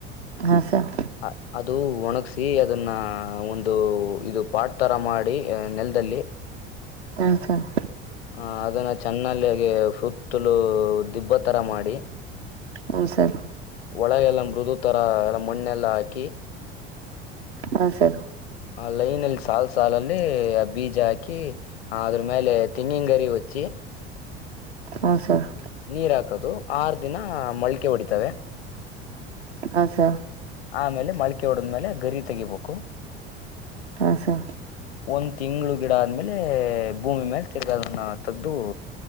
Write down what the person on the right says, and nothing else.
ಹಾ ಸರ್
ಹಾ ಸರ್.
ಹ್ಮ ಸರ್.
ಹಾ ಸರ್.
ಹಾ ಸರ್.
ಹಾ ಸರ್.
ಹಾ ಸರ್